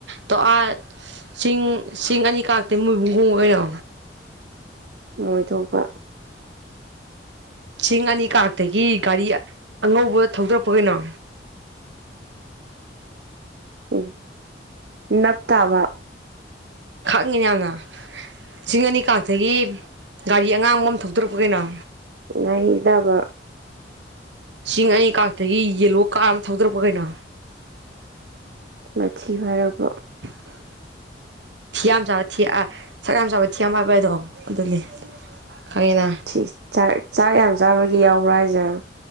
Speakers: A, on the right; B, on the right.
A: ꯇꯣ ꯑꯥ ꯆꯤꯡ ꯆꯁꯤꯡ ꯑꯅꯤ ꯀꯛꯇ ꯃꯣꯏꯕꯨꯡ ꯍꯣꯡ ꯑꯣꯏꯔ
B: ꯃꯣꯏ ꯊꯣꯛꯄ
A: ꯁꯤꯡ ꯑꯅꯤ ꯀꯛꯇꯒꯤ ꯒꯥꯔꯤ ꯑꯉꯧꯕ ꯊꯧꯗꯔꯛꯄ ꯀꯩꯅꯣ
B: ꯎ ꯅꯞ ꯇꯥꯕ
A: ꯈꯪꯉꯤꯅ ꯌꯥꯝꯅ ꯁꯤꯡ ꯑꯅꯤ ꯀꯛꯇꯒꯤ ꯒꯥꯔꯤ ꯑꯉꯥꯡꯕ ꯑꯃ ꯊꯧꯇꯣꯔꯛꯄ ꯀꯩꯅꯣ
B: ꯅꯍꯤ ꯇꯥꯕ
A: ꯆꯤꯡ ꯑꯅꯤ ꯀꯥꯔꯛꯇꯒꯤ ꯌꯦꯜꯂꯣ ꯀꯥꯔ ꯑꯃ ꯊꯧꯗꯔꯛꯄ ꯀꯩꯅꯣ
B: ꯃꯊꯤ ꯍꯥꯏꯔꯛꯄ
A: <inaudible> ꯊꯤꯌꯥꯝ ꯆꯥꯕ ꯊꯤ ꯁꯛ ꯌꯥꯝ ꯆꯥꯕ ꯊꯤꯌꯥꯝ ꯍꯥꯏꯕ ꯍꯥꯏꯗꯣ ꯑꯗꯨꯅꯤ ꯈꯪꯉꯦꯅ
B: ꯁꯤ ꯆꯥꯛ ꯆꯥꯛ ꯌꯥꯝ ꯆꯥꯕꯒꯤ ꯌꯥꯎꯕ꯭ꯔꯥ ꯍꯥꯏꯁꯦ